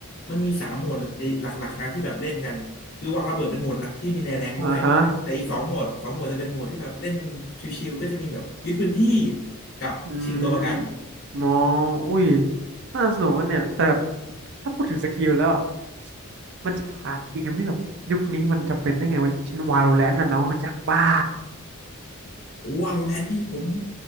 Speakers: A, on the left; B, on the right.
A: มันมีสามโหมดหลักๆนะที่แบบเล่นกันคือวางระเบิดเป็นโหมดหลักที่มีในแรงค์ด้วยแต่อีกสองโหมดสองโหมดจะเป็นโหมดที่แบบเล่น
B: อ่าฮะ
A: ชิวๆก็จะมีแบบยึดพื้นที่กับชิงตัวประกัน
B: อืมมออุ้ยน่าสนุกกันเนี่ยแต่แบบถ้าพูดถึงสกิลแล้วอ่ะมันจะขาดเกมที่แบบยุคนี้มันจำเป็นได้ไงวะอย่างเช่น Valorant น่ะน้องรู้จักเปล่า
A: โอ้วาโลแรนต์พี่ผม